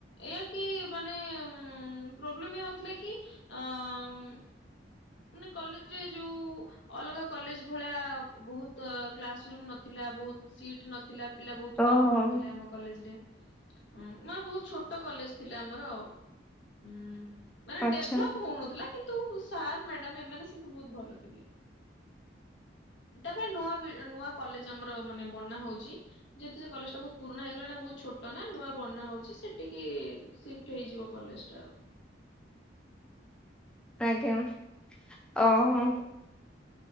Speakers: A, on the left (about 70°); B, in the centre.
A: ଏଇଆ କି ମାନେ ଉଁ ପ୍ରୋବ୍ଲେମ ଏଇଆ ହଉଥିଲା କି ଅଁ ମାନେ କଲେଜରେ ଯୋଉ ଅଲଗା କଲେଜ ଭଳିଆ ବହୁତ କ୍ଲାସ ରୁମ ନଥିଲା ବହୁତ ସିଟ ନଥିଲା। ପିଲା ବହୁତ
B: ଓହୋ
A: କମ୍ ପଢୁଥିଲେ ଆମ କଲେଜ ରେ। ଉଁ ମା ବହୁତ ଛୋଟ କଲେଜ ଥିଲା ଆମର ଆଉ ଉଁ। ମାନେ
B: ଆଚ୍ଛା।
A: ଡେଭଲପ୍ ହଉନଥିଲା କିନ୍ତୁ ସାର୍ ମ୍ୟାଡାମ ଏମାନେ ସବୁ ବହୁତ ଭଲ ଥିଲେ। ତାପରେ ନୂଆ ବି ନୂଆ କଲେଜ ଆମର ମାନେ ବନା ହଉଚି। ଯେହେତୁ ସେ କଲେଜ ଟା ବହୁତ ପୁରୁଣା ହେଇଗଲାଣି ଆଉ ବହୁତ ଛୋଟ ନା ନୂଆ ବନା ହଉଚି ସେଠିକି ସିଫ୍ଟ ହେଇଯିବ କଲେଜ ଟା ଆଉ।
B: ଆଜ୍ଞା ଓହୋ।